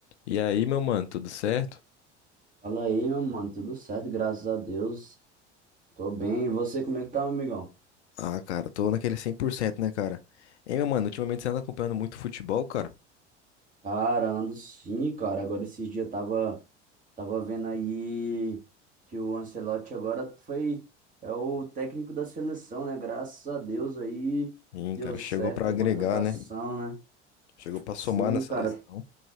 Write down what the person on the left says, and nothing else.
E aí, meu mano, tudo certo?
Ah, cara, tô naquele cem por cento né, cara? Hein, meu mano, ultimamente você anda acompanhando muito futebol, cara?
Sim,
cara,
chegou pra agregar,
né?
Chegou pra
somar na seleção.